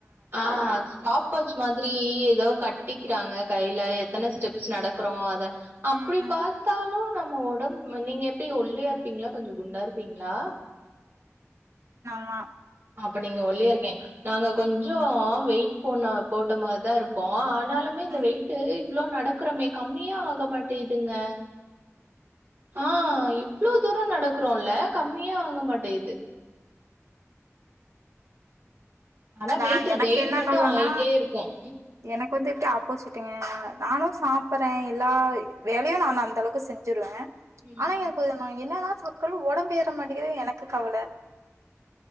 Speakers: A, on the right (about 50°); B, on the right (about 70°).
A: ஆ ஸ்டாப் வாச் மாதிரி எதோ கட் கட்டிக்கிறாங்க கையில எத்தன ஸ்டெப்ஸ் நடக்குறோ அத அப்டி
B: ம் ம்
A: பாத்தாலு நம்ம ஒடம் நீங்கப் ட்டி ஒல்லியா இருப்பீங்களா கொஞ்சோ குண்டா இருப்பீங்களா
B: ஆ
A: அப்ப நீங்க ஒல்லியா இருக் நாங்க கொஞ்சோ வெயிட் போன போட்ட மாரிதா இருப்போ ஆனால் ஃபில்லாமே இந்த
B: ம்
A: வெயிட் இவ்ளோ நடக்கிறமே கம்மியாக ஆக மாட்டேங் ங்க ஆ
B: ம்
A: இவ்ளோ தூரோ நடக்கறோல்ல கம்மி மியே ஆக மாட்டேது ஆனா
B: நா
A: வெயிட்
B: எனக்கு
A: கெயின்
B: என்ன
A: மட்டும்
B: கவளனா
A: ஆயிட்டே இருக்கும்.
B: எனக்கு வந்து எப்பிடி ஆப்போசிட் ட்டே நானு சாப்பறே எல்லா வே வேலையு நா அந்த அளவுக்கு செஞ்சிருவே
A: ம்.
B: ஆனா எனக்கு என்னாத மக்களும் உடம்பு ஏற மாட்டேங்கதுனு எனக்கு கவல